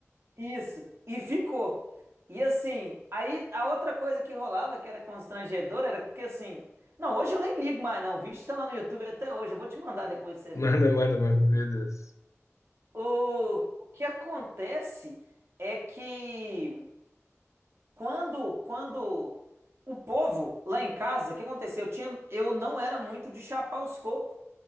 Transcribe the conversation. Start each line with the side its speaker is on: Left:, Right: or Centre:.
Right: Isso. E ficou. E assim, aí a outra coisa que rolava, que era constrangedora, era que assim, não, hoje eu nem ligo mais, não. O vídeo está lá no YouTube até hoje, eu vou te mandar depois pra você
Left: Manda,
Right: ver.
Left: manda, manda. Meu Deus.
Right: O, o que acontece é que quando, quando o povo lá em casa, o que aconteceu? Eu tinha, eu não era muito de chapar os cocos.